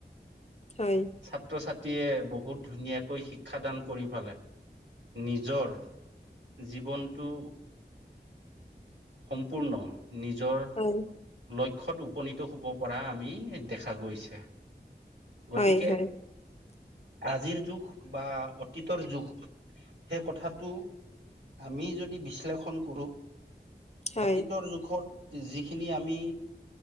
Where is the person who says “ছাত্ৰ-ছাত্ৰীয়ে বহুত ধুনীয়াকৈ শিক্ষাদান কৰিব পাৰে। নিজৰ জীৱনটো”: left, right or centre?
Right